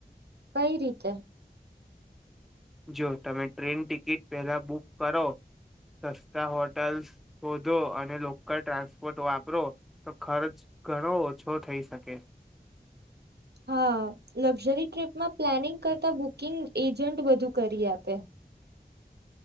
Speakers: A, on the right; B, in the centre.
A: કઈ રીતે?
B: જો તમે ટ્રેન ટિકિટ પહેલા બુક કરો, સસ્તા હોટલ્સ હોધો અને લોકલ ટ્રાન્સપોર્ટ વાપરો, તો ખરચ ઘણો ઓછો થઈ શકે.
A: હા, લક્ઝરી ટ્રીપમાં પ્લાનિંગ કરતા બુકિંગ એજન્ટ બધું કરી આપે.